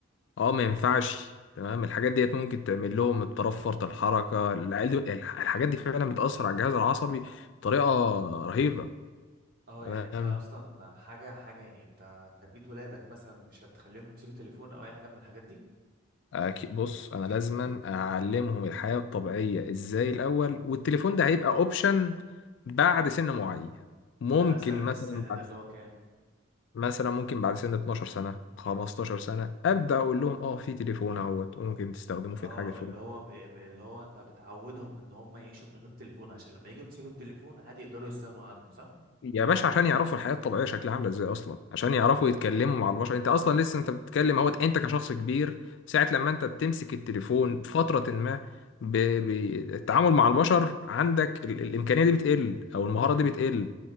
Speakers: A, on the left; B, on the right.
A: اه ما ينفعش تمام الحاجات ديت ممكن تعمل لهم اضطراب فرط الحركه العيال دي الح- الحاجات دي فعلا بتاثر على الجهاز العصبي بطريقه رهيبه
B: اه
A: تمام
B: يعني انت اصلا حاجه حاجه يعني انت تربيه ولادك مثلا مش هتخليهم يمسكوا تليفون او اي حاجه من الحاجات دي
A: أكي- بص انا لازما اعلمهم الحياة الطبيعية ازاي الاول والتليفون ده هيبقى اوبشن بعد سن معين ممكن
B: مثلا السن
A: مثلا
B: ده
A: بعد
B: اللي هو كام
A: مثلا ممكن بعد سن 12 سنة 15 سنة ابدا اقول لهم اه في تليفون اهوت وممكن تستخدمه في
B: اه
A: الحاجة الفلانية
B: اللي هو ب... ب- اللي هو انت بتعودهم ان هم يعيشوا من غير تليفون عشان لما يجوا يمسكوا التليفون عادي يقدروا يستغنوا عنه صح
A: يا باشا عشان يعرفوا الحياة الطبيعية شكلها عاملة ازاي أصلا عشان يعرفوا يتكلموا مع البشر أنت أصلا لسه أنت بتتكلم أهوت أنت كشخص كبير ساعة لما أنت بتمسك التليفون فترة ما ب- ب- التعامل مع البشر عندك ال- الإمكانية دي بتقل أو المهارة دي بتقل